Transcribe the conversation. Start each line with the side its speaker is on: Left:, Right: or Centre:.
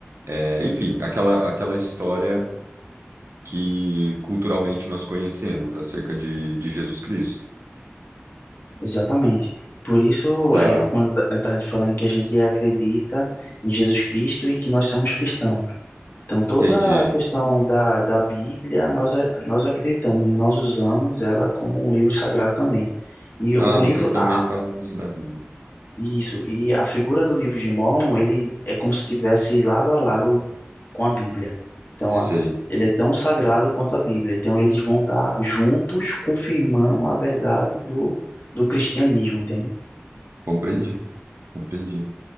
Right: É, enfim, aquela, aquela história que culturalmente nós conhecemos acerca de, de Jesus Cristo.
Left: Exatamente. Por isso,
Right: Tá,
Left: é, quando eu estava te falando que a gente acredita em Jesus Cristo e que nós somos cristãos. Então, toda
Right: entendi.
Left: a questão da, da Bíblia, nós, a- nós acreditamos, nós usamos ela como um livro sagrado também. E
Right: Ah,
Left: o
Right: vocês
Left: livro,
Right: também
Left: a,
Right: fazem isso da Bíblia.
Left: isso, e a figura do livro de Mórmon, ele é como se estivesse lado a lado com a Bíblia. Então, a-
Right: Sei,
Left: ele é tão sagrado quanto a Bíblia. Então, eles vão estar juntos confirmando a verdade do, do cristianismo, entende?
Right: compreendi, compreendi.